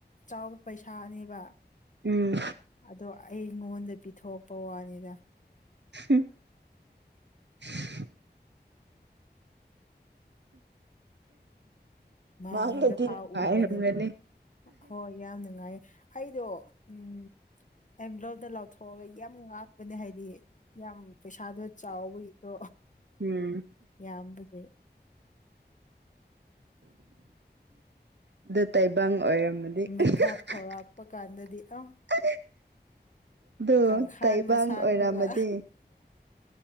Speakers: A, on the left (about 45°); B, on the right (about 80°).
A: ꯆꯥꯎꯕ ꯄꯩꯁꯥꯅꯦꯕ
B: ꯎꯝ
A: ꯑꯗꯣ ꯑꯩꯉꯣꯟꯗ ꯄꯤꯊꯣꯛꯄ ꯋꯥꯅꯤꯗ
B: <unintelligible>
A: ꯃꯥꯡꯗ
B: ꯃꯡꯗꯨꯗꯤ
A: ꯐꯥꯎ
B: ꯅꯨꯡꯉꯥꯏꯔꯝꯒꯅꯤ
A: ꯎꯕꯅꯦ ꯍꯣꯏ ꯌꯥꯝ ꯅꯨꯡꯉꯥꯏꯌꯦ ꯑꯩꯗꯣ ꯎꯝ ꯑꯦꯝ ꯕ꯭ꯂꯣꯞꯇ ꯂꯥꯎꯊꯣꯛꯑꯒ ꯌꯥꯝ ꯉꯥꯛꯄꯅꯦ ꯍꯥꯏꯗꯤ ꯌꯥꯝ ꯄꯩꯁꯥꯗꯣ ꯆꯥꯎꯕꯒꯤꯀꯣ
B: ꯎꯝ
A: ꯌꯥꯝꯕꯒꯤ
B: ꯑꯗꯨ ꯇꯥꯏꯕꯪ ꯑꯣꯏꯔꯝ ꯃꯗꯤ
A: ꯃꯤꯀꯞ
B: <unintelligible>
A: ꯊꯧꯔꯛꯄ ꯀꯥꯟꯗꯗꯤ ꯑ
B: ꯑꯗꯨ
A: ꯀꯥꯡꯈꯥꯟ
B: ꯇꯥꯏꯕꯡ
A: ꯃꯁꯥꯛꯇꯨꯒ
B: ꯑꯣꯏꯔꯝꯃꯗꯤ